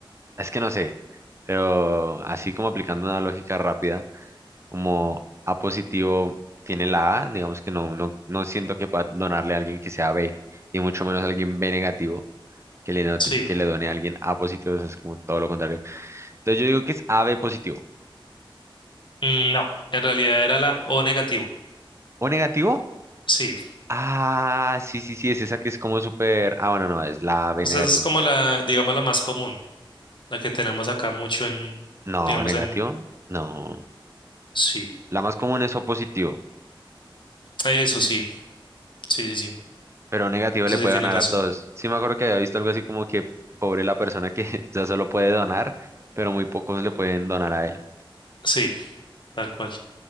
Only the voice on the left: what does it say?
sí.
Mm, No, en realidad era la O negativo.
Sí,
esa
es como la, digamos, la más común, la que tenemos acá mucho en,
digamos,
en,
sí,
eso sí, sí, sí, sí,
eso
sí
tienes
razón.
Sí, tal cual.